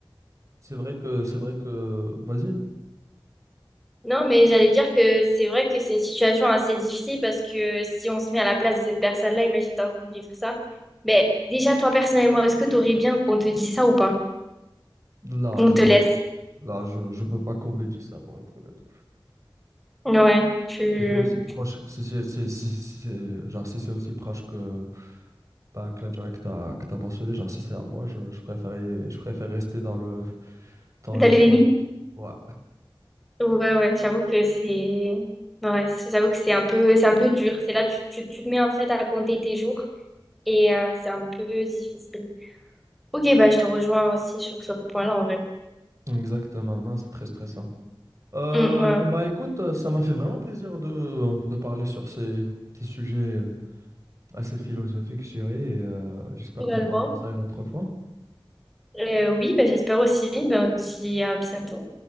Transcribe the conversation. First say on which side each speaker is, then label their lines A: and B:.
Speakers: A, on the right; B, in the centre.
A: c'est vrai que, c'est vrai que, vas-y,
B: Non, mais j'allais dire que c'est vrai que c'est une situation assez difficile parce que si on se met à la place de cette personne-là, imagine t'es en train de vivre ça. Ben, déjà, toi, personnellement, est-ce que t'aurais bien qu'on te dise ça ou pas?
A: là,
B: On
A: je,
B: te laisse.
A: là, je, je peux pas combler ça pour être honnête.
B: Ouais, tu...
A: Si c'est aussi proche, si c'est si- si- si c'est- genre si c'est aussi proche que pas que la durée que t'as que t'as mentionnée, genre si c'est à moi, je, je préférais je préfère rester dans le dans
B: T'as
A: le sombre.
B: le déni?
A: Ouais,
B: Ouais, ouais, j'avoue que c'est... Ouais, c'est- j'avoue que c'est un peu, c'est un peu dur. C'est là, tu, tu, tu te mets en fait à compter tes jours et euh, c'est un peu difficile. Ok, bah je te rejoins aussi sur ce point-là en vrai.
A: exactement. Non, c'est très stressant. Euh,
B: Mm, ouais.
A: bon bah écoute, euh, ça m'a fait vraiment plaisir de, de parler sur ces, ces sujets assez philosophiques, je dirais, et euh, j'espère
B: également
A: qu'on pourra faire ça une autre fois.
B: Euh, oui, bah, j'espère aussi. Bah, on se dit à bientôt.